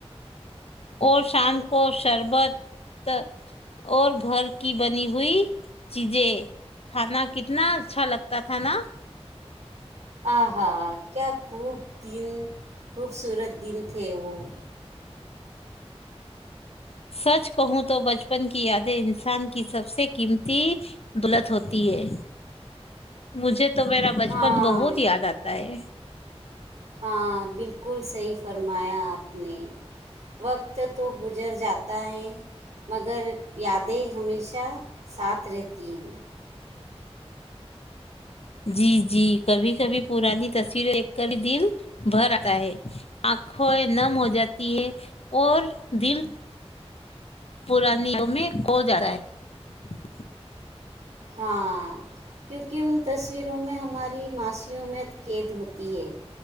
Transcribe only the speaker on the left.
اور شام کو شربت اور گھر کی بنی ہوئی چیزیں کھانا کتنا اچھا لگتا تھا نا
سچ کہوں تو بچپن کی یادیں ان کی سب سے قیمتی دولت ہوتی ہے مجھے تو میرا بچپن
بہت یاد آتا ہے
جی جی کبھی کبھی پرانی تصویریں ایک کر ہی دل بھر آتا ہے آنکھوں نم ہو جاتی ہے اور دل پرانی میں ہو جاتا ہے